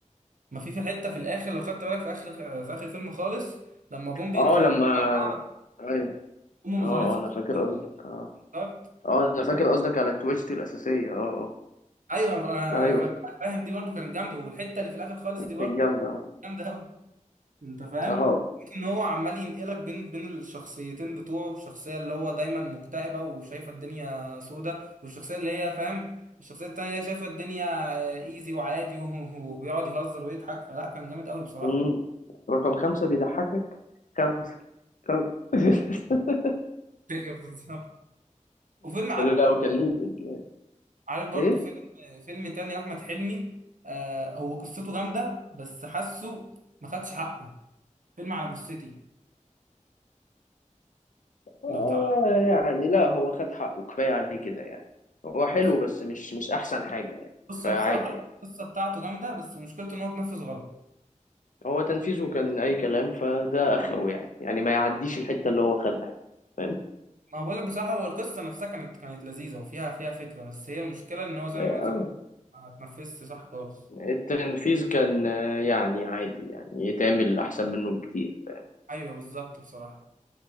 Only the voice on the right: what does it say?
ما في في حته في الاخر لو خدت بالك في اخر في اخر الفيلم خالص لما جم بيتصوروا
مع بعض
امه ما
ظهرتش
في الصورة،
افتكرت
ايوه انا
انا
فا- فاهم دي برضو كانت جامده والحته اللي في الاخر خالص دي برضو
جامده قوي انت فاهم
ان هو عمال ينقلك بين بين الشخصيتين بتوعه الشخصيه اللي هو دايما مكتئبه وشايفه الدنيا سودة والشخصيه اللي هي فاهم الشخصيه التانيه هي شايفه الدنيا آه، ايزي وعادي و- <laughs> وبيقعد يهزر ويضحك فلا كان جامد قوي بصراحه
<laughs> أيوة بالظبط وفيلم عارف
عارف برضو
فيلم فيلم تاني لأحمد حلمي آه هو قصته جامدة بس حاسه ما خدش حقه فيلم على جثتي
لو تعرف
بص
القصة
بصراحة القصة
بتاعته جامدة بس مشكلته إن هو اتنفذ غلط
ما هو بقولك بصراحة هو القصة نفسها كانت كانت لذيذة وفيها فيها فكرة بس هي المشكلة إن هو زي
ما زي ما اتنفذش صح خالص
أيوه بالظبط بصراحة